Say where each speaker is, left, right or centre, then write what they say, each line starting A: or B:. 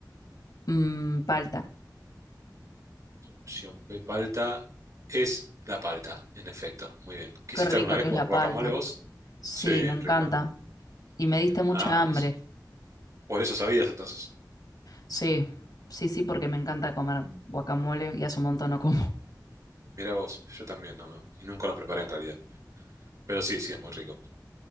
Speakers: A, on the left; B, on the right.
A: Mm, palta.
B: Opción B, palta. Es la palta, en efecto. Muy bien. ¿Quisiste
A: Qué rica
B: alguna vez
A: que
B: gu-
A: es la
B: guacamole
A: palta.
B: vos?
A: Sí,
B: Sí, es
A: me encanta.
B: rica.
A: Y me diste mucha
B: Ah, por
A: hambre.
B: eso. Por eso sabías entonces.
A: Sí, sí, sí, porque me encanta comer guacamole y hace un montón no como.
B: Mira vos, yo también, no, no. Y nunca lo preparé en realidad. Pero sí, sí, es muy rico.